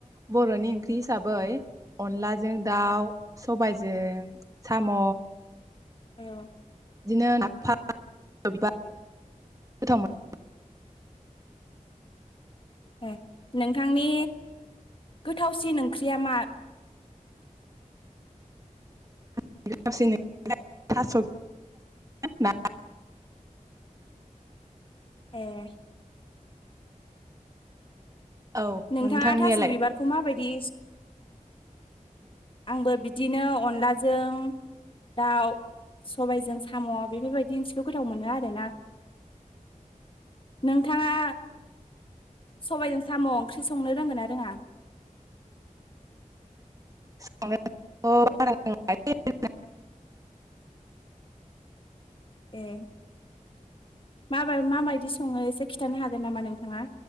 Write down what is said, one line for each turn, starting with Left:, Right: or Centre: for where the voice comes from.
Right: बर'नि ओंख्रि हिसाबै अनलाजों दाउ सबायजों साम'
Left: औ
Right: बिदिनो नाफाम बिबार गोथाव मोनो
Left: ए नोंथांनि गोथावसिन ओंख्रिया मा
Right: गोथावसि ओख्रिया थास' ना
Left: ए
Right: औ
Left: नोंथाङा
Right: नोंथांनियालाय
Left: थास' बिबारखौ माबायदि आंबो बिदिनो अनलाजों दाउ सबायजों साम' बेफोरबायदि ओख्रिखौ गोथाव मोनो आरोना नोंथाङा सबायाइजों साम' ओंख्रि संनो रोंगोना रोङा?
Right: <inaudible>
Left: ए माबा माबायदि सङो एसे खिन्थानो हागोन नामा नोंथाङा